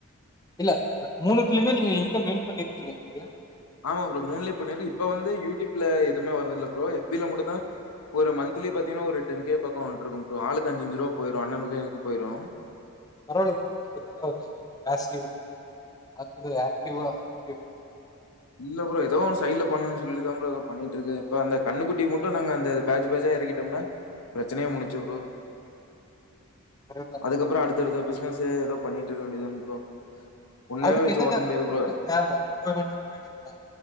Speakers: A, on the left; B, on the left.
A: இல்ல அ மூணுத்தலயுமே நீங்க இன்கம் ஏர்ன் பண்ணிருக்கீங்க இல்லயா
B: ஆமா ப்ரோ மூணுலயு இப்ப நெறி இப்ப வந்து யூடியூப்ல எதுமே வர்றதில்ல ப்ரோ எஃப் பி ல மட்டுந்தா ஒரு மன்த்லி பாத்தீங்கன்னா ஒரு டென் கே பக்கோ வந்ட்ருக்கு ப்ரோ ஆளுக்கு அஞ்சு அஞ்சு ரூவா போயிரு அண்ணணுக்கு எனக்கு போயிரு
A: பரவால்ல ப்ரோ இது நல்ல ஒரு இது பேசிவ் இன்கம் அதுல ஆக்டிவா இ
B: இல்ல ப்ரோ எதோ சைடு்ல பண்ணணுன்னு சொல்லிதா ப்ரோ எதோ பண்ணிட்டு இருக்கு இப்ப அந்த கன்னுக்குட்டி மட்டு நாங்க அந்த பேஜ் பேஜா எறக்கிட்டோம்னா பிரச்சனையே முடிஞ்ச்சு ப்ரோ
A: கரெக்ட் தான்
B: அதுக்ப்புறோ அடுத்தடுத்த பிஸ்னஸ் து எதோ பண்ணிட்டு இருக்க வேண்டிதனே ப்ரோ ஒன்னவே
A: அதுக்கு
B: வச்சு
A: என்னன்ன
B: ஓட்ட முடியாது ப்ரோ.
A: இது தேவ ரெர்மெண்ட் கேட்டீங்களா